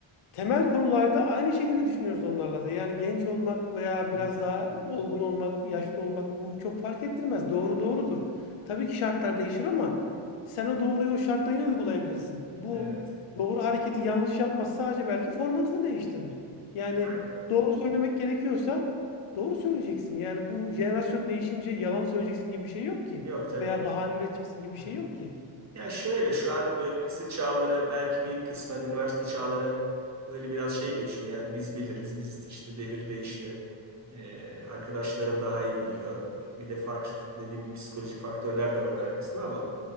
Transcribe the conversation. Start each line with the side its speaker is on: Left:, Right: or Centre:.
Left: temel konularda aynı şekilde düşünüyoruz onlarla da. Yani genç olmak veya biraz
Right: Evet.
Left: daha olgun olmak, yaşlı olmak bu çok fark ettirmez. Doğru doğrudur. Tabii ki şartlar değişir ama sen o doğruyu o şartla yine uygulayabilirsin. Bu
Right: Evet.
Left: doğru hareketi yanlış yapmaz sadece belki formatını değiştirir. Yani
Right: Yani
Left: doğru söylemek gerekiyorsa doğru söyleyeceksin. Yani bu jenerasyon değişince yalan söyleyeceksin gibi bir şey yok ki.
Right: Yok tabii
Left: Veya
Right: ki.
Left: bahane üreteceksin gibi
Right: Evet.
Left: bir şey yok ki.
Right: Ya şöyle şu an böyle lise çağları belki bir kısmen üniversite çağları böyle biraz şey geçiyor. Yani biz biliriz. Biz işte devir değişti. Ee, arkadaşlarım daha iyi biliyor. Bir de farklı dediğim gibi psikolojik faktörler de vardır arkasında ama